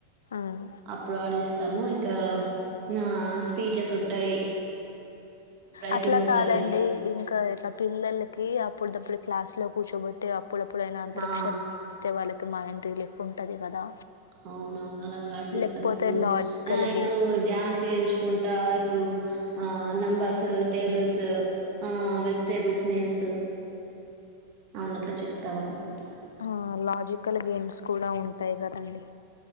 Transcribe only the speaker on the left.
ఉమ్
అట్లా
కాదండి ఇంకా ఇట్లా పిల్లలు కి అప్పుడు దప్పుడు క్లాస్ లో కూర్చోబెట్టి అప్పుడప్పుడు అయినా అంతరక్షర్యాలు
ఇస్తే వాళ్ళకి మైండ్ రిలీఫ్ ఉంటది కదా
లేకపోతే
లాజికల్
గేమ్స్
ఆ లాజికల్ గేమ్స్ కూడా ఉంటాయి కదండి